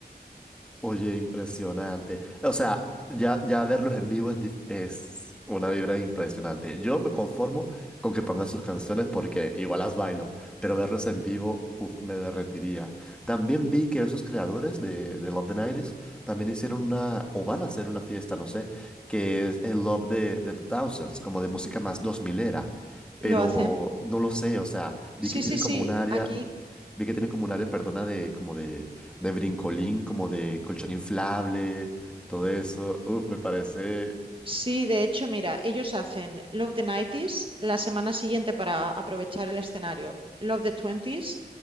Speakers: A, in the centre; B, on the right.
A: Oye, impresionante. O sea, ya, ya verlos en vivo es, dif- es una vibra impresionante. Yo me conformo con que pongan sus canciones porque igual las bailo, pero verlos en vivo, uf, me derretiría. También vi que esos creadores de, de Love the 90 también hicieron una, o van a hacer una fiesta, no sé, que es el Love de, de the Thousands, como de música más dos milera, Pero
B: ¿Lo hacen?
A: no lo sé, o sea, vi
B: Sí,
A: que tienen
B: sí,
A: como
B: sí,
A: un área
B: aquí
A: Vi que tienen como un área, perdona, de como de, de brincolín, como de colchón inflable, todo eso. Uf, me parece
B: sí, de hecho, mira, ellos hacen Love the 90s la semana siguiente para aprovechar el escenario, Love the 20s